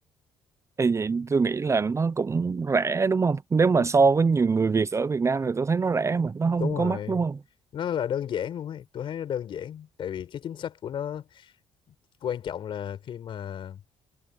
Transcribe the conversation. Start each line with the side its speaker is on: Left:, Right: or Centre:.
Right: thì vậy tôi nghĩ là nó cũng rẻ đúng không nếu mà
Left: lúc
Right: so với nhiều người Việt ở Việt Nam thì tôi thấy nó rẻ mà nó không
Left: đúng
Right: có
Left: rồi
Right: mắc đúng không
Left: nó là đơn giản luôn ấy tôi thấy nó đơn giản tại vì cái chính sách của nó quan trọng là khi mà